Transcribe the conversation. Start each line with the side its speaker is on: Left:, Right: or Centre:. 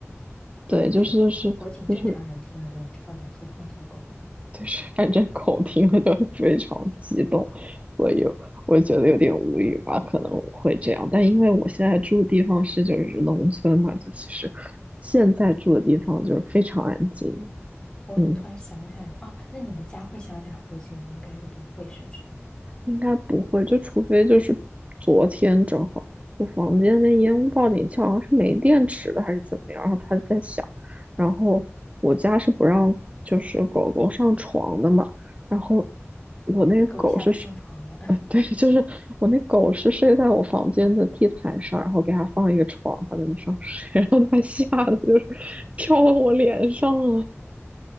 Right: 对，
Left: 我也觉得火警正常人听了都要跳起来，
Right: 就是就是就是
Left: 何况小狗。
Right: 就是反正口听了都非常激动，所以我觉得有点无语吧，可能我会这样。但因为我现在住的地方是就是农村嘛，就其实现在住的地方就是非常安静，
Left: 哦，
Right: 嗯。
Left: 那突然想起来，哦，那你们家会想起来火警，应该是不会，是不是？
Right: 应该不会，就除非就是昨天正好我房间那烟雾报警器好像是没电池了还是怎么样，然后它在响，然后我家是不让就是狗狗上床的嘛，然后我那个狗是睡，
Left: 给狗吓得上床了。
Right: 呃，对，就是我那狗是睡在我房间的地毯上，然后给它放一个床，它在那上睡，然后它吓得就是 <laughs> 跳到我脸上了，